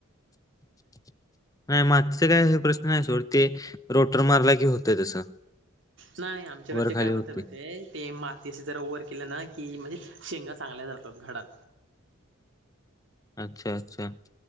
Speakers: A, on the left (about 15°); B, on the right (about 60°).
A: <unintelligible> नाय मागचे सगळयांचे प्रश्न नाही, सोड ते, रोटर मारला की होतय तसं
B: नाय, आमच्याकडचे
A: वर
B: काय
A: खाली
B: म्हणतंयत
A: होते
B: माहितय ते मातीशी जरा वर केलं ना की म्हणजे शेंगा चांगल्या झडतात. घडात
A: अच्छा अच्छा.